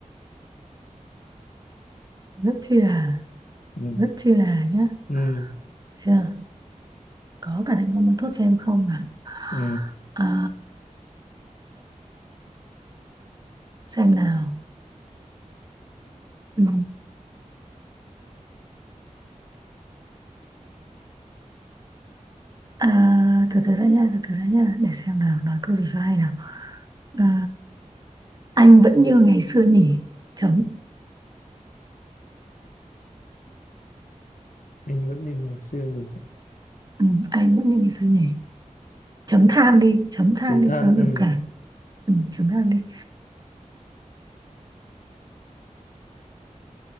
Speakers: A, on the right; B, on the left.
A: Rất chi là,
B: Ừ.
A: rất chi là nhá.
B: Ừ.
A: Chưa? Có cả anh có muốn thuốc cho em không ạ?
B: Ừ.
A: À, xem nào. Ừ. À, từ từ đã nha, từ từ đã nha, để xem nào, nói câu gì cho hay nào. À, anh vẫn như ngày xưa nhỉ, chấm.
B: Anh vẫn như ngày xưa nhỉ?
A: Ừ, anh vẫn như ngày xưa nhỉ. Chấm than đi, chấm than
B: chúng
A: đi
B: Than,
A: cho nó biểu
B: ừ.
A: cảm. Ừ, chấm than đi.